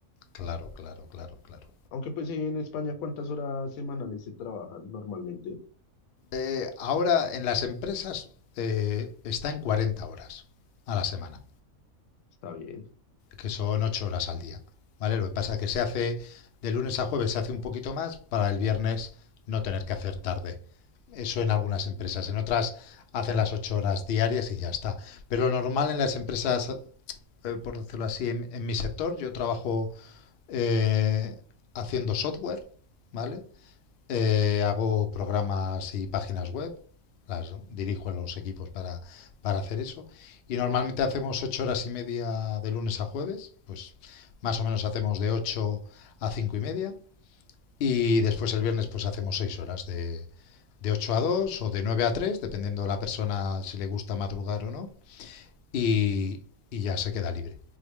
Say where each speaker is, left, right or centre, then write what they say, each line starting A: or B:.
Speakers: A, on the left (about 60°); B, on the left (about 80°).
A: Claro, claro, claro, claro.
B: Aunque pues en España, ¿cuántas horas semanales se trabajan normalmente?
A: Eh, ahora en las empresas eh, está en 40 horas a la semana,
B: Está bien.
A: que son 8 horas al día, ¿vale? Lo que pasa es que se hace de lunes a jueves, se hace un poquito más para el viernes no tener que hacer tarde. Eso en algunas empresas, en otras hacen las 8 horas diarias y ya está. Pero lo normal en las empresas, eh, por decirlo así, en, en mi sector, yo trabajo eh, haciendo software, ¿vale? Eh, hago programas y páginas web, las dirijo a los equipos para, para hacer eso. Y normalmente hacemos ocho horas y media de lunes a jueves, pues más o menos hacemos de 8 a cinco y media. Y después el viernes pues hacemos seis horas de, de 8 a 2 o de 9 a 3, dependiendo de la persona si le gusta madrugar o no y, y ya se queda libre.